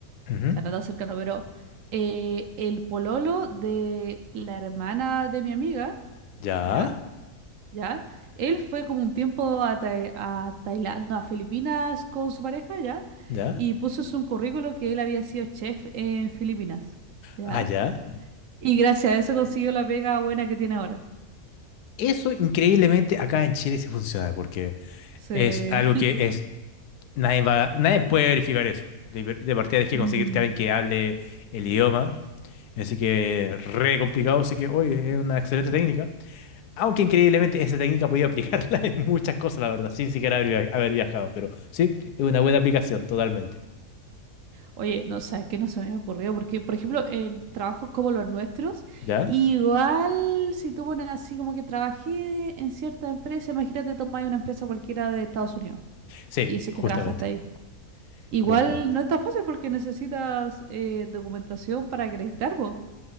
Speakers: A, on the left (about 90°); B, on the right (about 65°).
A: Ujú.
B: o sea, no tan cercano, pero eh, el pololo de la hermana de mi amiga,
A: Ya,
B: ya,
A: Ah,
B: ya, él fue como un tiempo a, Tai- a Tailandia, no, a Filipinas con su pareja, ya,
A: ya,
B: y puso en su currículo que él había sido chef en Filipinas, ya,
A: allá.
B: y gracias a eso consiguió la pega buena que tiene ahora.
A: Eso increíblemente acá en Chile sí funciona, porque
B: Sí.
A: es algo
B: <laughs>
A: que es, nadie va, nadie puede verificar eso. De, de partida tienes que
B: Mm.
A: conseguirte a alguien que hable el idioma, así que re complicado, así que, oye, es una excelente técnica. Aunque increíblemente esa técnica podía aplicarla <laughs> en muchas cosas, la verdad, sin siquiera haber, via- haber viajado, pero sí, es una buena aplicación, totalmente.
B: Oye, no sabes que no se me había ocurrido, porque, por ejemplo, en trabajos como los nuestros,
A: ¿Ya?
B: igual si tú pones así como que trabajé en cierta empresa, imagínate tomar una empresa cualquiera de Estados Unidos
A: Sí,
B: y dices
A: justamente,
B: que trabajaste ahí. Igual
A: justamente.
B: no está fácil porque necesitas eh, documentación para acreditar, po.